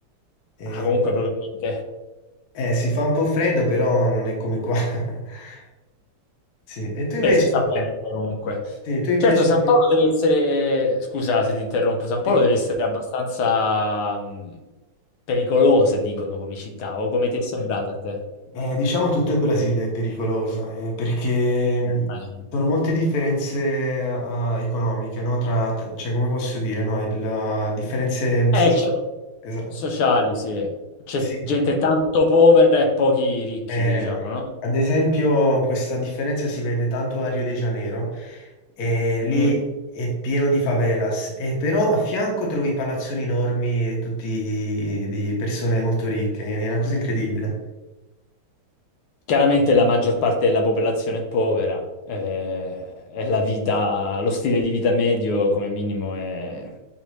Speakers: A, on the left (about 55°); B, on the left (about 80°).
A: E-
B: Ah, comunque proprio niente.
A: eh, si fa un po' freddo, però non è come qua. <laughs> Sì. E tu invece,
B: Beh, si sta bene comunque.
A: sì, tu invece,
B: Certo, San
A: sì,
B: Paolo deve essere, scusa se ti interrompo, San Paolo
A: sì.
B: deve essere abbastanza mh, pericolosa, dicono, come città, o come ti è sembrata a te?
A: Eh, diciamo tutto il Brasile è pericoloso, eh, perché mh,
B: Eh, immagino.
A: sono molte differenze eh, economiche, no? Tra, t- cioè, come posso dire, no? Il, eh, differenze
B: Eh,
A: sociali.
B: c'è-
A: Esatto.
B: sociali, sì. C'è
A: Sì.
B: gente tanto povera e pochi ricchi,
A: Eh,
B: diciamo, no?
A: ad esempio, questa differenza si vede tanto a Rio de Janeiro, e lì
B: Mm.
A: è pieno di favelas, e però a fianco trovi palazzoni enormi, tutti di persone molto ricche, è una cosa incredibile.
B: Chiaramente la maggior parte della popolazione è povera, eh, e la vita, lo stile di vita medio come minimo è